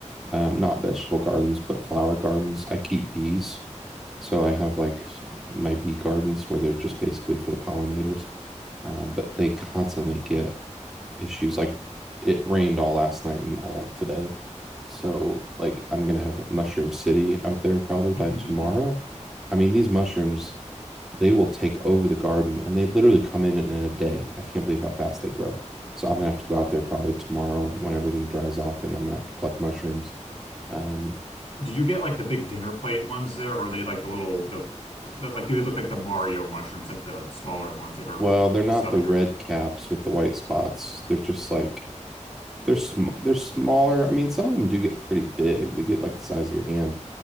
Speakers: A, in the centre; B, on the left (about 50°).
A: Um, not vegetable gardens, but flower gardens. I keep bees, so I have like my bee gardens where they're just basically for the pollinators. Um, but they constantly get issues. Like it rained all last night and all today. So like I'm gonna have Mushroom City out there probably by
B: Mhm.
A: tomorrow.
B: <laughs>
A: I mean, these mushrooms they will take over the garden and they literally come in in a day. I can't believe how fast they grow. So I'm gonna have to go out there probably tomorrow when everything dries off and I'm gonna have to pluck mushrooms. Um,
B: Do you get like the big dinner plate ones there, or are they like the little the, the like do they look like the Mario mushrooms, like the smaller ones that are
A: well, they're not
B: stubbier?
A: the red caps with the white spots. They're just like they're sm they're smaller. I mean, some of them do get pretty big. They get like the size of your hand,